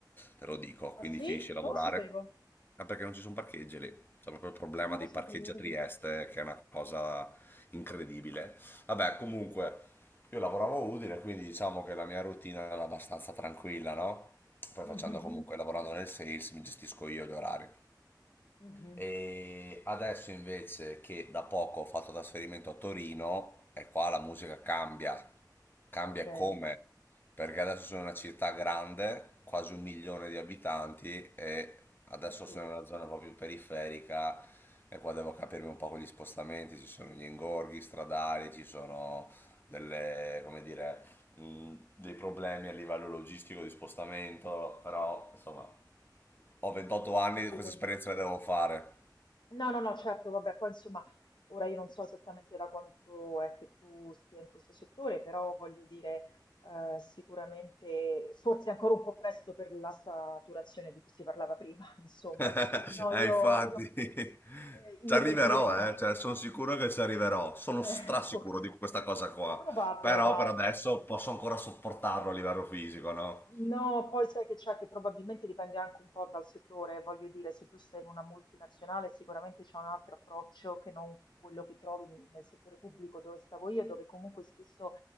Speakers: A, on the left (about 25°); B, on the left (about 80°).
A: te lo dico,
B: Ah
A: quindi
B: sì?
A: finisci a lavorare,
B: Non lo sapevo.
A: ma perché non ci sono parcheggi lì, c'è proprio il problema
B: No, Non
A: dei
B: lo
A: parcheggi
B: sapevo, vedi.
A: a Trieste, che è una cosa incredibile. Vabbè, comunque... Io lavoravo a Udine, quindi diciamo che la mia routine era abbastanza tranquilla, no? Poi
B: Mhm,
A: facendo comunque, lavorando nel sales, mi gestisco io gli orari.
B: mhm.
A: E adesso invece che da poco ho fatto trasferimento a Torino, e qua la musica cambia, cambia
B: Ok,
A: e
B: eh
A: come, perché adesso sono una città grande, quasi un milione di abitanti e adesso
B: sì,
A: sono in una zona proprio periferica e qua devo capirmi un po' con gli spostamenti, ci sono gli ingorghi stradali, ci sono delle, come dire, mh, dei problemi a livello logistico di spostamento, però insomma ho 28
B: ho
A: anni,
B: capito.
A: queste esperienze le devo fare.
B: No, no, no, certo, vabbè, poi insomma, ora io non so esattamente da quanto è che tu stia in questo settore, però voglio dire, eh, sicuramente, forse è ancora un po' presto per la saturazione di cui si parlava prima, <laughs> insomma.
A: Eh,
B: No, io,
A: infatti,
B: io,
A: <laughs>
B: eh, io
A: ci arriverò,
B: per dire,
A: eh, cioè, sono sicuro che ci arriverò, sono
B: eh,
A: strasicuro
B: forse,
A: di questa cosa qua,
B: probabile,
A: però
B: dai.
A: per adesso posso ancora sopportarlo a livello fisico, no?
B: No, poi sai che c'è che probabilmente dipende anche un po' dal settore, voglio dire, se tu sei in una multinazionale sicuramente c'è un altro approccio che non quello che trovi nel settore pubblico dove stavo io, dove comunque spesso